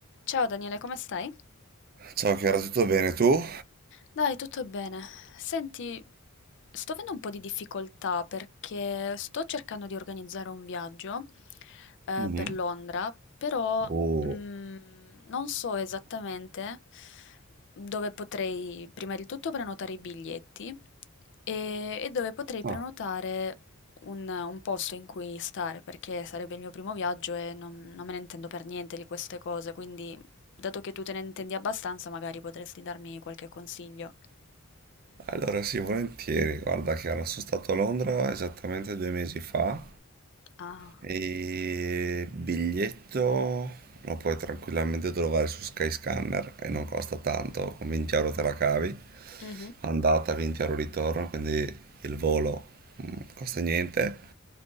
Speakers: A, on the left; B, on the right.
A: Ciao Daniele, come stai?
B: Ciao Chiara, tutto bene tu?
A: Dai, tutto bene. Senti, sto avendo un po' di difficoltà perché sto cercando di organizzare un viaggio eh,
B: Mhm.
A: per Londra, però
B: Oh.
A: mm, non so esattamente dove potrei prima di tutto prenotare i biglietti e, e dove potrei prenotare
B: Ah,
A: un, un posto in cui stare, perché sarebbe il mio primo viaggio e non non me ne intendo per niente di queste cose, quindi... Dato che tu te ne intendi abbastanza, magari potresti darmi qualche consiglio.
B: Allora sì, volentieri. Guarda Chiara, sono stato a Londra esattamente due mesi fa
A: Ah,
B: e biglietto lo puoi tranquillamente trovare su Skyscanner e non costa tanto, con 20 euro te la cavi,
A: mhm,
B: andata 20 euro ritorno, quindi il volo mm, costa niente.